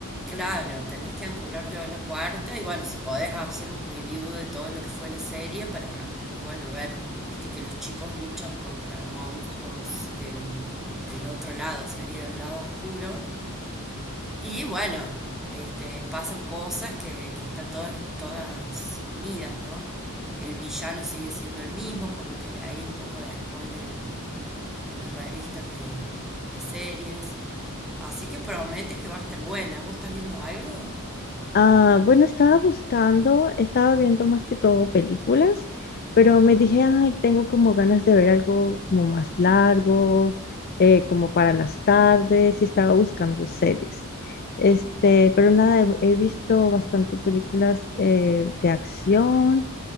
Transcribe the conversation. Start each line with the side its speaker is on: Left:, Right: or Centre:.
Centre: Claro, tenés que apurarte a ver la cuarta y bueno, si podés hacer un review de todo lo que fue la serie para, para bueno, ver, viste que los chicos luchan contra monstruos del, del otro lado, sería del lado oscuro. Y bueno, este, pasan cosas que, que están todas, todas unidas, ¿no? El villano sigue siendo el mismo, por lo que le hay un poco de spoiler en, en las revistas de, de series. Así que promete que va a estar buena. ¿Vos estás viendo algo?
Left: Ah, bueno, estaba buscando, estaba viendo más que todo películas, pero me dije, ay, tengo como ganas de ver algo como más largo, eh, como para las tardes, y estaba buscando series. Este, pero nada, he, he visto bastante películas eh, de acción.